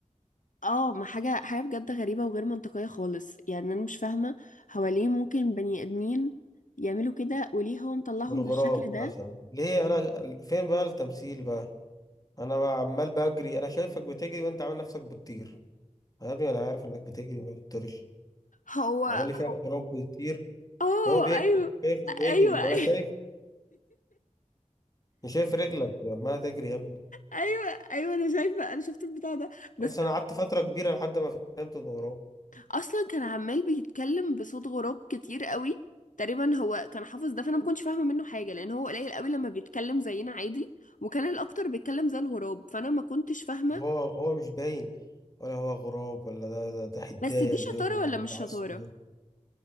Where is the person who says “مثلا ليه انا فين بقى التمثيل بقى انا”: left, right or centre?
Left